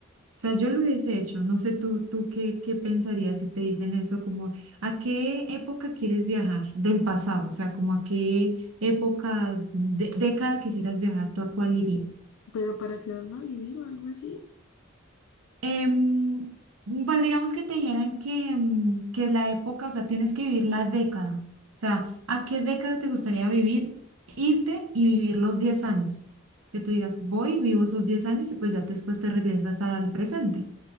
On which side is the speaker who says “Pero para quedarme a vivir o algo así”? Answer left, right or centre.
Left